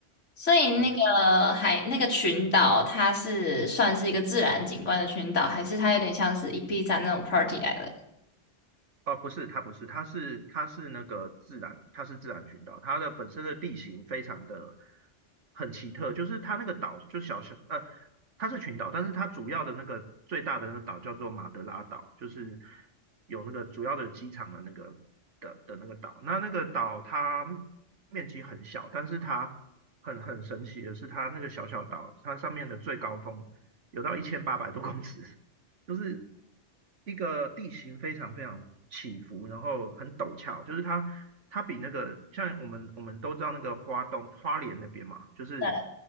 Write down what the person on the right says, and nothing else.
对，就
哦，不是，它不是，它是它是那个自然，它是自然群岛，它的本身的地形非常的很奇特，就是它那个岛就小小呃，它是群岛，但是它主要的那个最大的那个岛叫做马德拉岛，就是有那个主要的机场的那个的的那个岛。那那个岛它面积很小，但是它很很神奇的是，它那个小小岛，它上面的最高峰有到一千八百多公尺，就是一个地形非常非常起伏，然后很陡峭，就是它它比那个像我们我们都知道那个花东花莲那边嘛，就是